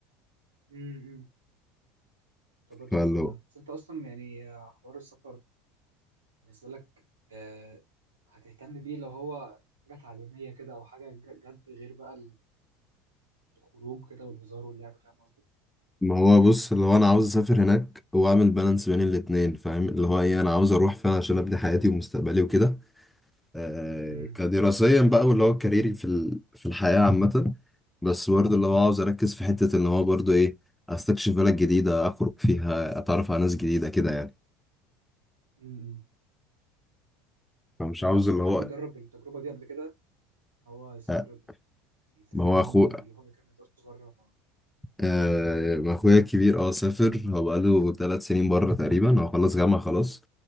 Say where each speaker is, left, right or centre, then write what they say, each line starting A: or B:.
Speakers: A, on the right; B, in the centre.
A: امم طب ده تحفه
B: فاللي
A: والله
B: هو
A: بس انت اصلا يعني آه، حوار السفر بالنسبه لك آه، هتهتم بيه لو هو حاجه تعليميه كده او حاجه ج- جد غير بقى الخروج كده والهزار واللعب فاهم قصدي؟
B: ما هو بص اللي هو انا عاوز اسافر هناك واعمل بالانس بين الاتنين فاهم اللي هو ايه انا عاوز اروح فعلا عشان ابني حياتي ومستقبلي وكده آه،
A: امم
B: كدراسيا بقى واللي هو كاريري في ال- في الحياة عامة بس برضه اللي هو عاوز أركز في حتة إن هو برضه إيه أستكشف بلد جديدة أخرج فيها أتعرف على ناس جديدة كده يعني
A: امم
B: فمش
A: طب انت
B: عاوز
A: اصلا
B: اللي
A: حد
B: هو
A: جرب التجربه دي قبل كده هو يسافر
B: آه،
A: يسافر
B: ما هو
A: عموما
B: أخو
A: اللي هو يكمل دراسته بره
B: آه، ما أخويا الكبير أه سافر هو بقاله ثلاث سنين بره تقريبا هو خلص جامعة خلاص